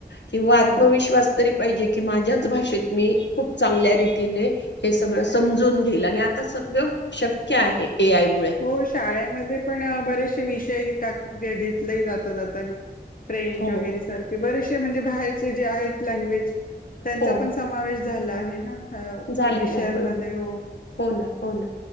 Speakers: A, on the left; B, on the left.
A: किंवा आत्मविश्वास
B: हो
A: तरी पाहिजे की माझ्याच भाषेत मी खूप चांगल्या रीतीने हे सगळं समजून घेईल आणि आता सगळं शक्य आहे ए आय मुळे
B: हो शाळेमध्ये पण बरेशे विषय हे टाक-घेतलेही -जात जातना फ्रेंच
A: हो
B: वगैरे सारखे बरेशे म्हणजे बाहेरचे जे आहेत लँग्वेज त्यांचा
A: हो
B: पण समावेश झालं आहे ना-विषयांमध्ये
A: झालेलं आहे बरोबर.
B: हो
A: हो ना हो ना